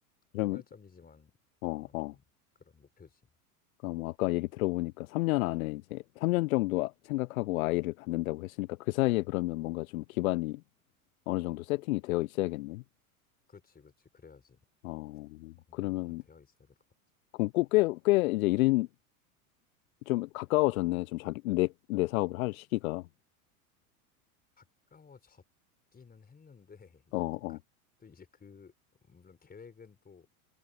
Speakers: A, on the left; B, on the left.
A: 그러면,
B: 포괄적이지만
A: 어,
B: 어, 좀
A: 어.
B: 그런 목표지.
A: 그러니까 뭐 아까 얘기 들어보니까 3년 안에 이제 3년 정도 아- 생각하고 아이를 갖는다고 했으니까 그 사이에 그러면 뭔가 좀 기반이 어느 정도 세팅이 되어 있어야겠네.
B: 그렇지, 그렇지. 그래야지
A: 어,
B: 어느
A: 그러면
B: 정도는 되어 있어야 될 것 같지.
A: 그럼 꼭꽤꽤 이제 일은 좀 가까워졌네. 좀 자기 내 내 사업을 할 시기가.
B: 가까워졌기는 했는데 <laughs> 이제
A: 어, 어.
B: 또 가, 또 이제 그 물론 계획은 또